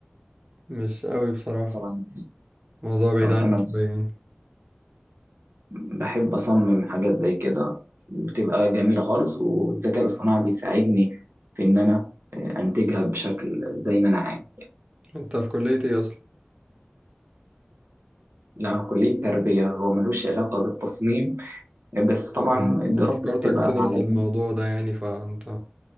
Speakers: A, on the right; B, on the right.
A: مش قوي بصراحة
B: طبعا
A: موضوع بعيد
B: آه،
A: عني
B: فانا
A: شوية يعني
B: بحب أصمم حاجات زي كده بتبقى جميلة خالص والذكاء الاصطناعي بيساعدني في إن أنا آه، أنتجها بشكل زي ما أنا عايز يعني
A: انت في كلية ايه اصلا؟
B: لا كلية تربية هو ملوش علاقة بالتصميم بس طبعا
A: اه،
B: الدراسة
A: انا افتكرتك
B: بتبقى
A: بتدرس
B: على
A: الموضوع ده يعني فانت